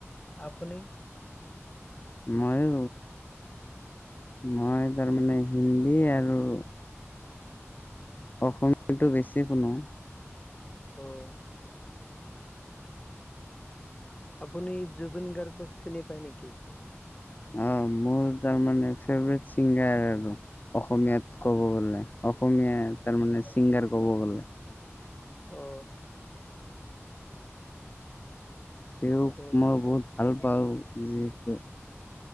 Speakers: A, on the left; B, on the left.
A: আপুনি
B: মই মই তাৰমানে হিন্দী আৰু অসমীয়াটো বেছি শুনো
A: অঁ আপুনি জুবিন গাৰ্গক চিনি পায় নেকি
B: অ মোৰ তাৰ মানে ফেভৰেট চিংগাৰ আৰু অসমীয়াত ক'ব গ'লে অসমীয়া তাৰ মানে ছিংগাৰ কব গ'লে
A: অ
B: তেওঁক
A: ত'
B: মই বহুত ভাল পাওঁ যিহেতু